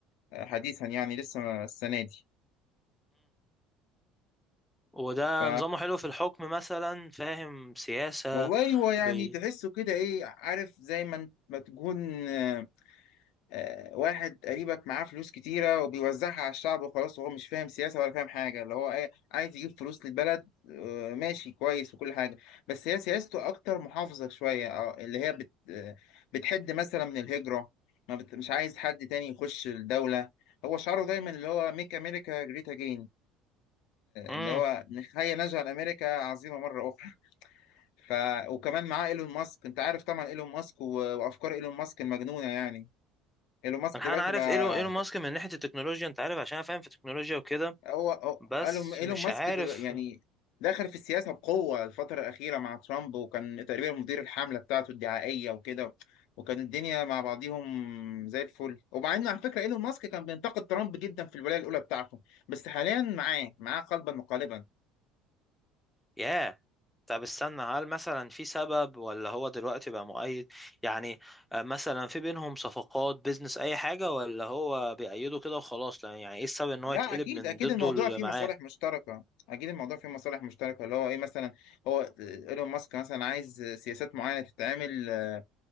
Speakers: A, on the left (about 60°); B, in the centre.
A: حديثا يعني لسه السنه دي
B: وده
A: ف
B: نظامه حلو في الحكم مثلا فاهم سياسة
A: والله هو يعني
B: بي
A: تحسه كده ايه عارف زي ما انت- ما تكون آه، آه، واحد قريبك معاه فلوس كتيرة وبيوزعها على الشعب وخلاص وهو مش فاهم سياسة ولا فاهم حاجة اللي هو ايه عايز يجيب فلوس للبلد آه، ماشي كويس وكل حاجة بس هي سياسته أكتر محافظة شوية اه اللي هي بت آه، بتحد مثلا من الهجرة ما بت مش عايز حد تاني يخش الدولة هو شعاره دايما اللي هو ميك أمريكا جريت أجين
B: امم
A: اللي هو نحيي نجعل أمريكا عظيمة مرة أخرى ف وكمان معاه ايلون ماسك انت عارف طبعا ايلون ماسك و... وافكار ايلون ماسك المجنونه يعني ايلون ماسك
B: انا
A: دلوقتي
B: أنا عارف
A: بقى
B: ايلون ايلون ماسك من ناحية التكنولوجيا انت عارف عشان أنا فاهم في التكنولوجيا وكده
A: هو هو-
B: بس
A: ايلون إيلون
B: مش
A: ماسك
B: عارف
A: دل... يعني دخل في السياسه بقوه الفتره الاخيره مع ترامب وكان تقريبا مدير الحمله بتاعته الدعائيه وكده وكان الدنيا مع بعضيهم زي الفل ومع ان على فكره ايلون ماسك كان بينتقد ترامب جدا في الولايه الاولى بتاعته بس حاليا معاه معاه قلبا وقالبا
B: ياه طب استنى هل مثلا في سبب ولا هو دلوقتي بقى مؤيد يعني آه، مثلا في بينهم صفقات بيزنس اي حاجة ولا هو بيأيده كده وخلاص لا، يعني ايه السبب ان
A: لا
B: هو يتقلب
A: اكيد
B: من
A: اكيد
B: ضده
A: الموضوع
B: اللي
A: فيه
B: معاه
A: مصالح مشتركه اكيد الموضوع فيه مصالح مشتركه اللي هو ايه مثلا هو ايلون ماسك مثلا عايز سياسات معينه تتعمل آه،